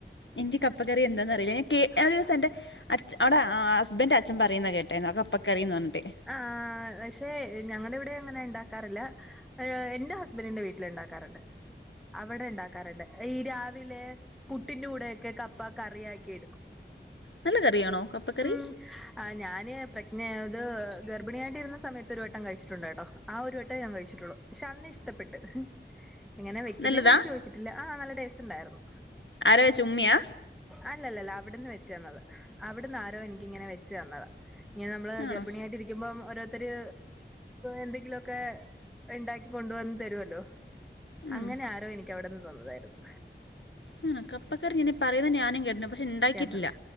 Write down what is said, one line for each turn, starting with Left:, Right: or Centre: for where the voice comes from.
Left: എനിക്ക് കപ്പക്കറി എന്താന്നറിയില്ല. ഞാൻ കേ ഒരു ദിവസം എന്റെ അച് അവിടെ ഹസ്ബൻഡ്ന്റെ അച്ഛൻ പറയുന്ന കേട്ട് ട്ടേന്നക്കപ്പക്കറിന്ന് പർഞ്ഞിട്ട്
Centre: ആഹ് പക്ഷെ ഞങ്ങടെവിടെ അങ്ങനെണ്ടാ.. ക്കാറില്ല എന്റെ ഹസ്ബൻഡറിന്റെ വീട്ടില്ണ്ടാക്കാറ്ണ്ട് അവടെ ഇണ്ടാക്കാറുണ്ട്. ഈ രാവിലെ പുട്ടിന്റെ കൂടെയെക്കെ കപ്പ കറിയാക്കി എടുക്കും
Left: നല്ല കറിയാണോ കപ്പക്കറി
Centre: ഉം ആഹ് ഞാന് പ്രക്ന ഇത് ഗർഭിണിയായിട്ട് ഇരുന്ന സമയത്ത് ഒരു വട്ടം കഴിച്ചിട്ടുണ്ട് കേട്ടോ ആ ഒരു വട്ടേ ഞാൻ കഴിച്ചിട്ടുള്ളു. പക്ഷെ അന്നിഷ്ട്ടപ്പെട്ട് എങ്ങനെ വെക്കുന്നേന്നൊന്നും
Left: നല്ലതാ
Centre: ചോദിച്ചിട്ടില്ല ആഹ് നല്ല ടേസ്റ്റ് ണ്ടായിരുന്നു
Left: ആര വെച്ച് ഉമ്മിയാ
Centre: അല്ലല്ലല്ല അവിടെന്ന് വെച്ച് തന്നത് അവിട്ന്നാരോ എനിക്കിങ്ങനെ വെച്ച് തന്നതാ. ഇങ്ങനെ നമ്മള്
Left: ആണോ
Centre: ഗർഭിണിയായിട്ടിരിക്കുമ്പം ഓരോരുത്തര് എന്തെ ങ്കിലൊക്കെ ഇണ്ടാക്കി കൊണ്ട് വന്ന് തരുവല്ലോ
Left: ഉം
Centre: അങ്ങനെ ആരോ എനിക്കവിടെന്ന് തന്നതായിരുന്നു
Left: ആഹ് കപ്പ കറി ഇങ്ങനെ പറയുന്നത് ഞാനും കേട്ട്ണ് പക്ഷെ ഇണ്ടാക്കിയിട്ടില്ല
Centre: കേട്ടണേ